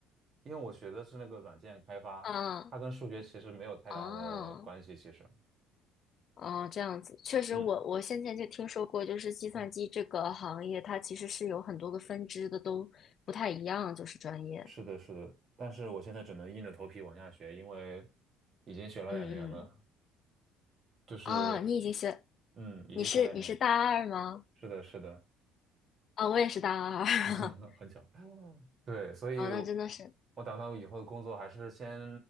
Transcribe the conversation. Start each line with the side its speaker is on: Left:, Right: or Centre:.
Right: 因为我学的是那个软件开发，
Left: 啊
Right: 它跟数学其实没有太大的关系，
Left: 啊！
Right: 其实。
Left: 哦，这样子，确实我，
Right: 嗯
Left: 我先前就听说过，就是计算机这个行业，
Right: 嗯，
Left: 它其实是有很多个分支的，都不太一样，就是专业。
Right: 是的，是的，但是我现在只能硬着头皮往下学，因为已经学了两年了，
Left: 嗯嗯，
Right: 就是
Left: 啊，你已经学，
Right: 嗯，已经学了两年，
Left: 你是你是大二吗？
Right: 是的，是的，
Left: 啊，我也是大二。<laughs>
Right: <laughs> 很巧。对，所以我，
Left: 啊，那真的是，
Right: 我打算我以后的工作还是先